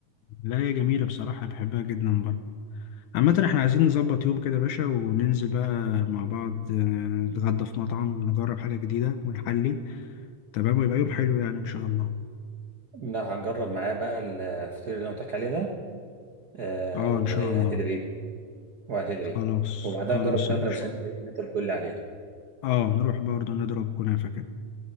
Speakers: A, on the left; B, on the right.
A: لا هي جميلة بصراحة بحبها جدا برضه عامة احنا عايزين نظبط يوم كده يا باشا وننزل بقى مع بعض آه، نتغدى في مطعم نجرب حاجة جديدة ونحلي تمام ويبقى يوم حلو يعني ان شاء الله
B: لا هجرب معاه بقى الفطير اللي انا قلت لك عليه ده آه
A: اه
B: وهتدعي
A: ان شاء الله
B: لي وهتدعي
A: خلاص
B: لي وبعدها
A: خلاص
B: نجرب كنافه
A: يا باشا
B: لو سن- اللي انت بتقول لي عليها
A: اه نروح برضه نضرب كنافة كده